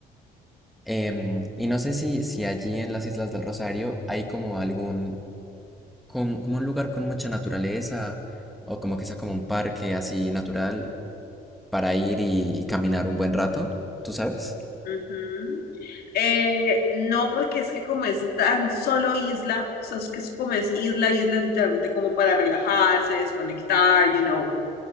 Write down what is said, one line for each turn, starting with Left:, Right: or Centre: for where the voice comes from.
Centre: Em, y no sé si, si allí en las Islas del Rosario hay como algún como, como un lugar con mucha naturaleza o como que sea como un parque así natural para ir y, y caminar un buen rato, ¿tú sabes?
Left: ujú. Eh, no, porque es que como es tan solo isla, o sea, es que es como es isla, isla, literalmente como para relajarse, desconectar, you know,